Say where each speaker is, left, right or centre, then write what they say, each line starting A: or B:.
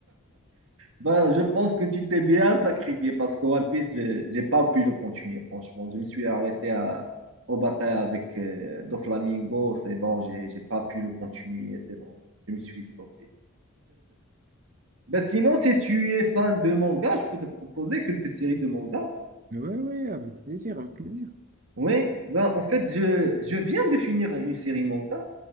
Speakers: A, on the right; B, on the right.
A: bah, je pense que tu t'es bien sacrifié parce que One Piece, j'ai j'ai pas pu le continuer, franchement. Je me suis arrêté à, au bataille avec euh, Doflamingo, c'est bon, j'ai j'ai pas pu le continuer, c'est bon, je me suis stoppé. Ben, sinon, si tu es fan de manga, je peux te proposer quelques séries de manga.
B: Oui, oui, avec plaisir, avec plaisir.
A: Oui, ben, en fait, je, je viens de finir une série manga,